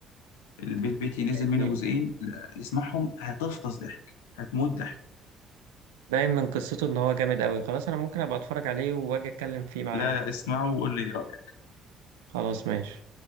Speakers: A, on the left; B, on the right.
A: البيت بيتي نزل
B: يعني
A: منه جزئين لا، اسمعهم هتفطس ضحك هتموت ضحك
B: باين من قصته ان هو جامد قوي خلاص انا ممكن ابقى اتفرج عليه واجي اتكلم فيه معاك
A: لا لا اسمعه وقول لي إيه رأيك
B: خلاص ماشي